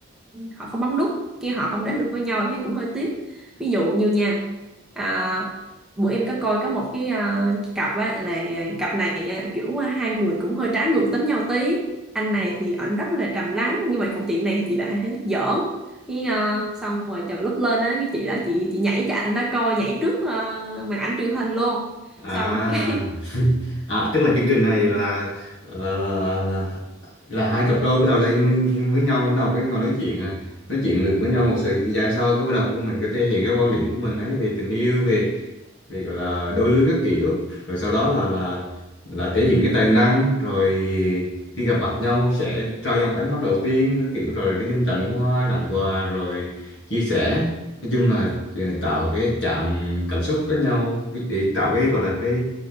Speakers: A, in the centre; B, on the left.
A: họ không bấm nút kia họ không đến được với nhau em thấy cũng hơi tiếc ví dụ như nha à, bữa em có coi có một cái, à, cái cặp á là cặp này á, kiểu ờ, hai người cũng hơi trái ngược tính nhau tí anh này thì ảnh rất là trầm lắng nhưng mà còn chị này thì chị lại hay thích giỡn với ờ, xong rồi chừng lúc lên á cái chị đó chị chị nhảy cho anh đó coi nhảy trước ờ, màn ảnh truyền hình luôn
B: à
A: xong cái
B: à tức là chương trình này là là là, là, là là hai cặp đôi bắt đầu lên với nhau bắt đầu cái ngồi nói chuyện à nói chuyện được với nhau một thời gian sau cái bắt đầu của mình có thể hiện cái quan điểm của mình ấy về tình yêu về vì gọi là đôi lứa các kiểu rồi sau đó là là là thể hiện cái tài năng rồi khi gặp mặt nhau sẽ trao nhau cái ánh mắt đầu tiên các kiểu rồi nói chung tặng hoa tặng quà rồi chia sẻ nói chung là ờ, tạo cái chạm cảm xúc với nhau để tạo cái gọi là cái